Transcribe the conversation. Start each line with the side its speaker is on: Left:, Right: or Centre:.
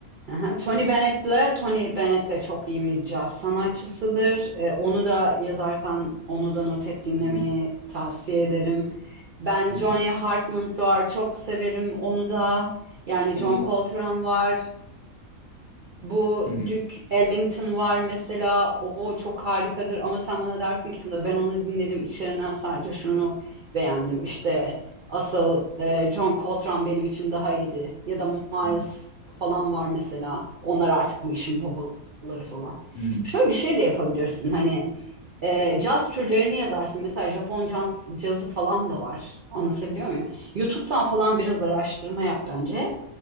Right: Aha. Tony Bennett'le Tony Bennett de çok iyi bir caz sanatçısıdır. E, onu da yazarsan onu da not et dinlemeni
Left: Hı hı.
Right: tavsiye ederim. Ben
Left: Hı
Right: Johnny
Left: hı.
Right: Hartman var çok severim onu da. Yani
Left: Onu
Right: John Coltrane var. Bu
Left: Hı hı.
Right: Duke Ellington var mesela. O çok harikadır ama sen bana dersin ki Funda ben onu dinledim içlerinden sadece şunu beğendim. işte asıl e, John Coltrane benim için daha iyiydi. Ya da Miles
Left: Hı hı.
Right: falan var mesela. Onlar artık bu işin babaları falan.
Left: Hı hı.
Right: Şöyle bir şey de yapabilirsin. Hani e, caz türlerini yazarsın. Mesela Japon caz, cazı falan da var. Anlatabiliyor muyum? YouTube'dan falan biraz araştırma yap bence.